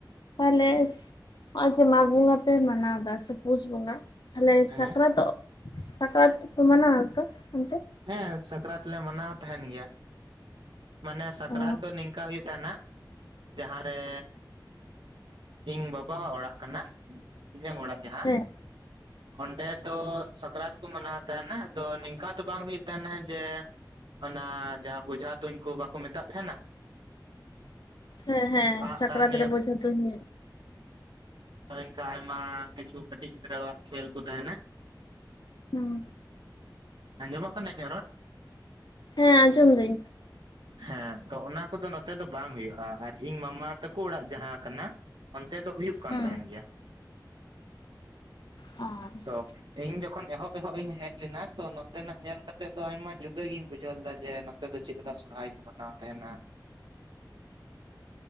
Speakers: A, on the left; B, on the right.
A: ᱛᱟᱦᱚᱞᱮ ᱱᱚᱜ ᱡᱮ ᱢᱟᱜᱽ ᱵᱚᱸᱜᱟ ᱯᱮ ᱢᱟᱱᱟᱣ ᱫᱟ, ᱥᱮ ᱯᱩᱥ ᱵᱚᱸᱜᱟ᱾ ᱛᱟᱦᱚᱞᱮ
B: ᱦᱮᱸ
A: ᱥᱟᱠᱨᱟᱛᱚᱜ, ᱥᱟᱠᱨᱟᱛ ᱠᱚ ᱢᱟᱱᱟ ᱛᱚ ᱚᱱᱛᱮ?
B: ᱦᱮᱸ ᱥᱟᱠᱨᱟᱛ ᱞᱮ ᱢᱟᱱᱟᱣ ᱛᱟᱦᱮᱱ ᱜᱮᱭᱟ᱾ ᱢᱟᱱᱮ ᱥᱟᱠᱨᱟᱛ
A: ᱚ
B: ᱫᱚ ᱱᱤᱝᱠᱟ ᱦᱩᱭᱩᱜ ᱛᱟᱦᱮᱱᱟ, ᱡᱟᱦᱟᱸ ᱨᱮ ᱤᱧ ᱵᱟᱵᱟᱣᱟᱜ ᱚᱲᱟᱜ ᱠᱟᱱᱟ ᱤᱧᱟᱹᱜ ᱚᱲᱟᱜ᱾ ᱡᱟᱦᱟᱸ
A: ᱦᱮᱸ
B: ᱚᱸᱰᱮ ᱫᱚ ᱥᱟᱠᱨᱟᱛ ᱠᱚ ᱢᱟᱱᱟᱣ ᱛᱟᱦᱮᱱᱟ, ᱟᱫᱚ ᱱᱤᱝᱠᱟ ᱫᱚ ᱵᱟᱝ ᱦᱩᱭᱩᱜ ᱛᱟᱦᱮᱱᱟ ᱡᱮ ᱚᱱᱟ ᱡᱟᱦᱟᱸ ᱵᱤᱡᱷᱟ ᱛᱩᱧᱠᱚ ᱵᱟᱠᱚ ᱢᱮᱛᱟᱜ ᱛᱟᱦᱮᱱᱟ?
A: ᱦᱮᱸ ᱦᱮᱸ
B: ᱟᱸᱜᱼᱥᱟᱨ
A: ᱥᱟᱠᱨᱟᱛ
B: ᱱᱤᱭᱟᱹ
A: ᱨᱮ ᱵᱤᱡᱷᱟ ᱛᱩᱧ ᱦᱩᱭᱩᱜ,
B: ᱦᱳᱭ ᱚᱝᱠᱟ ᱟᱭᱢᱟ ᱠᱤᱪᱷᱩ ᱠᱟᱴᱤᱡ ᱜᱤᱫᱽᱨᱟᱹᱣᱟᱜ ᱠᱷᱮᱞ ᱠᱚ ᱛᱟᱦᱮᱱᱟ,
A: ᱦᱩᱸ
B: ᱟᱸᱡᱚᱢᱚ ᱤᱧᱟᱸᱜ ᱨᱚᱲ?
A: ᱦᱮᱸ ᱟᱸᱡᱚᱢ ᱫᱟᱹᱧ᱾
B: ᱦᱮᱸ ᱛᱚ ᱚᱱᱟ ᱠᱚᱫᱚ ᱱᱚᱛᱮ ᱫᱚ ᱵᱟᱝ ᱦᱩᱭᱩᱜᱼᱟ᱾ ᱟᱨ ᱤᱧ ᱢᱟᱢᱟ ᱛᱟᱠᱚ ᱚᱲᱟᱜ ᱡᱟᱦᱟᱸ ᱠᱟᱱᱟ ᱚᱱᱛᱮ ᱫᱚ ᱦᱩᱭᱩᱜ ᱠᱟᱱ
A: ᱦᱩᱸ
B: ᱛᱟᱦᱮᱱ ᱜᱮᱭᱟ,
A: ᱟᱪᱪᱷᱟ
B: ᱛᱚ ᱤᱧ ᱡᱚᱠᱷᱚᱱ ᱮᱦᱚᱵ ᱮᱦᱚᱵ ᱤᱧ ᱦᱮᱡ ᱞᱮᱱᱟ ᱛᱚ ᱱᱚᱛᱮᱱᱟᱜ ᱧᱮᱞ ᱠᱟᱛᱮᱜ ᱫᱚ ᱟᱭᱢᱟ ᱡᱩᱫᱟᱹ ᱜᱤᱧ ᱵᱩᱡᱷᱟᱹᱣ ᱞᱮᱫᱟ ᱡᱮ ᱱᱚᱛᱮ ᱫᱚ ᱪᱮᱫ ᱞᱮᱠᱟ ᱥᱚᱨᱦᱟᱭ ᱠᱚ ᱢᱟᱱᱟᱣ ᱛᱟᱦᱮᱱᱟ᱾